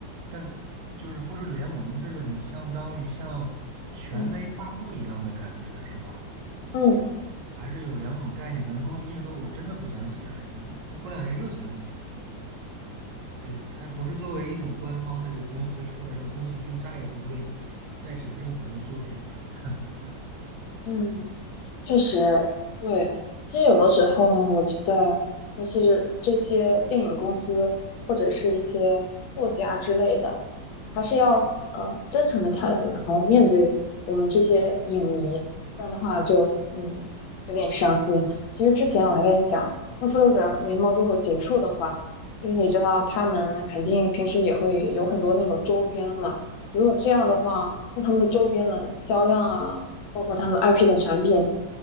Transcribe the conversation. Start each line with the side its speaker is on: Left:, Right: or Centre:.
Right: 但就是复仇者联盟这个，你相当于像权威发布一样的感觉，
Left: 嗯
Right: 是吧？
Left: 嗯
Right: 还是有两种概念，可能宫崎骏说我真的不想写了，现在他过两年又想写了。对，他不是作为一种官方的这个公司出来说，宫崎骏再也不会再写任何的作品了。<laughs>
Left: 嗯，确实，对，其实有的时候呢，我觉得就是这些电影公司或者是一些作家之类的，还是要呃真诚的态度，然后面对我们这些影迷，不然的话就嗯有点伤心。其实之前我还在想，那复仇者联盟如果结束的话，因为你知道他们肯定平时也会有很多那种周边嘛，如果这样的话，那他们的周边的销量啊。包括他们 IP 的产品，